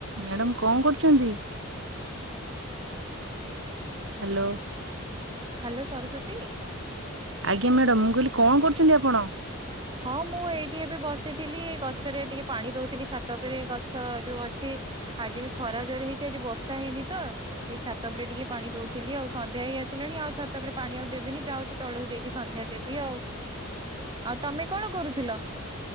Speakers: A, on the right (about 65°); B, on the right (about 20°).
A: Madam କଣ କରୁଛନ୍ତି? Hello.
B: Hello Saraswati.
A: ଆଜ୍ଞା ମ୍ୟାଡ଼ାାମ, ମୁଁ କହିଲି କଣ କରୁଛନ୍ତି ଆପଣ?
B: ହଁ ମୁଁ ଏଇଠି ଏବେ ବସିଥିଲି, ଗଛରେ ଟିକେ ପାଣି ଦଉଥିଲି, ଛାତ ଉପରେ ଗଛ ଯୋଉ ଅଛି। ଆଜି ବି ଖରା ଜୋରେ ହେଇଛି ଆଜି ବର୍ଷା ହେଇନି ତ। ଏଇ ଛାତ ଉପରେ ଟିକେ ପାଣି ଦଉଥିଲି ଆଉ, ସନ୍ଧ୍ୟା ହେଇ ଆସିଲାଣି ଆଉ ଛାତ ଉପରେ ପାଣି ଆଉ ଦେବେନି ଯାଉଚି ତଳକୁ ଯାଇକି ସନ୍ଧ୍ୟା ଦେବି ଆଉ। ଆଉ ତମେ କଣ କରୁଥିଲ?